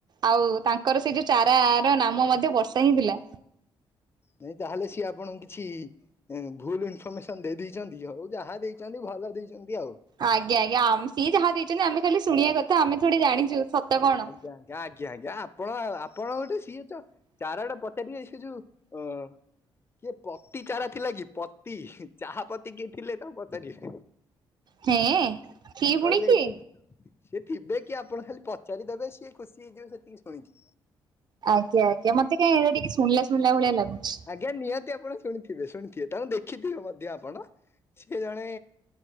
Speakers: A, on the right; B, on the left.
A: ଆଉ ତାଙ୍କର ସେଇ ଯୋଉ ଚାରା ର ନାମ ମଧ୍ୟ ବର୍ଷା ହିଁ ଥିଲା।
B: ନାଇଁ ତାହେଲେ ସିଏ ଆପଣଙ୍କୁ କିଛି ଭୁଲ ଇନଫର୍ମେସନ ଦେଇ ଦେଇଛନ୍ତି ହଉ ଯାହା ଦେଇଛନ୍ତି ଭଲ ଦେଇଛନ୍ତି ଆଉ।
A: ଆଜ୍ଞା ଆଜ୍ଞା ଆମ୍ ସିଏ ଯାହା ଦେଇଚନ୍ତି ଆମେ ଖାଲି ଶୁଣିବା କଥା ଆମେ ଥୋଡ଼ି ଜାଣିଚୁ ସତ କଣ।
B: ଆଜ୍ଞା ଆଜ୍ଞା ଆଜ୍ଞା ଆଜ୍ଞା ଆପଣ ଆପଣ ଗୋଟେ ସିଏ ତ ଚାରଆଡେ ପଚାରିବେ ସିଏ ଯୋଉ ଅଁ କିଏ ପତି ଚାରା ଥିଲା କି ପତି ଚାହା ପତି କିଏ ଥିଲେ ତାଙ୍କୁ ପଚାରିବେ।
A: ହେଁ ସିଏ ପୁଣି
B: କହିବେ
A: କିଏ?
B: ଏ ସିଏ ଥିବେ କି ଆପଣ ଖାଲି ପ ଚାରି ଦେବେ ସିଏ ଖୁସି ହେଇଯିବେ ସେତିକି ଶୁଣିକି।
A: ଆଜ୍ଞା ଆଜ୍ଞା ମତେ କାଇଁ ଏଇଡ଼ା ଟିକେ ଶୁଣିଲା ଶୁଣିଲା ଭଳିଆ ଲାଗୁଛି।
B: ଆଜ୍ଞା ନିହାତି ଆପଣ ଶୁଣିଥିବେ ଶୁଣିଥିବେ ତାଙ୍କୁ ଦେଖିଥିବେ ମଧ୍ୟ ଆପଣ ସିଏ ଜଣେ